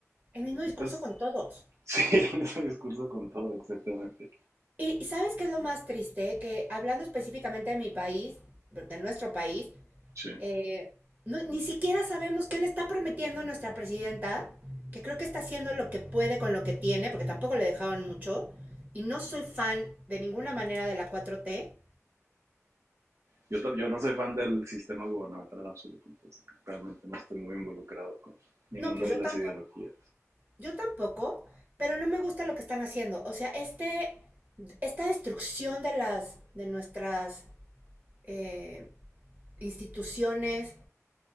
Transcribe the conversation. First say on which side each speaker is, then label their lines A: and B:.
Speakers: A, on the right; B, on the right.
A: El mismo discurso
B: Entonces,
A: con todos.
B: Sí, <laughs> el mismo discurso con todo, exactamente.
A: Y, y, ¿sabes qué es lo más triste? Que hablando específicamente de mi país, de nuestro país,
B: Sí.
A: Eh, no- ni siquiera sabemos qué le está prometiendo nuestra presidenta, que creo que está haciendo lo que puede con lo que tiene, porque tampoco le dejaron mucho. Y no soy fan de ninguna manera de la 4T.
B: Yo, ta- yo no soy fan del sistema gubernamental en absoluto, entonces realmente no estoy muy involucrado con ninguna
A: No, pues
B: de
A: yo
B: las
A: tampoco.
B: ideologías.
A: Yo tampoco, pero no me gusta lo que están haciendo. O sea, este, esta destrucción de las, de nuestras eh, instituciones,